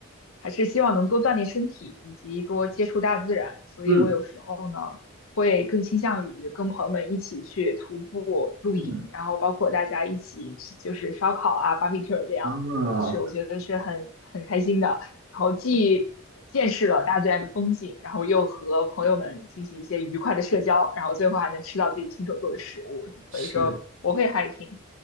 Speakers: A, on the left; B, on the right.
A: 还是希望能多锻炼身体，以及多接触大自然。所以我有时候呢，
B: 嗯
A: 会更倾向于跟朋友们一起去徒步、露营，
B: 嗯
A: 然后包括大家一起去就是烧烤啊、barbecue 这样，
B: 啊，
A: 就是我觉得是很很开心的。然后既见识了大自然的风景，然后又和朋友们进行一些愉快的社交，然后最后还能吃到自己亲手做的食物，
B: 是。
A: 所以说我会 hiking。